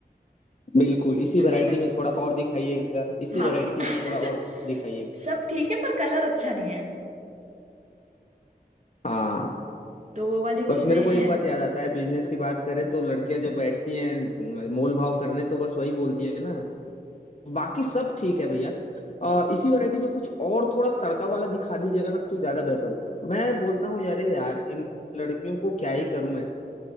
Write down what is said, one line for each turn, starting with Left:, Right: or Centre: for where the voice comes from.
Left: बिल्कुल इसी
Right: <laughs>
Left: वैरायटी में थोड़ा और दिखाइएगा इसी
Right: हाँ
Left: वैरायटी
Right: <laughs>
Left: में थोड़ा और दिखाइएगा
Right: सब ठीक है पर कलर अच्छा नहीं है
Left: हाँ
Right: तो वो वाली चीजें
Left: बस मेरे को
Right: हैं
Left: एक बात याद
Right: <laughs>
Left: आता है बिजनेस की बात करें तो लड़कियां जब बैठती हैं मोल भाव करने तो बस वही बोलती है ना बाकी सब ठीक है भैया अ, इसी वैरायटी में कुछ और थोड़ा तड़का वाला दिखा दीजिएगा ना तो ज्यादा बेहतर होगा मैं बोलता हूँ अरे यार इन लड़कियों को क्या ही करूं मैं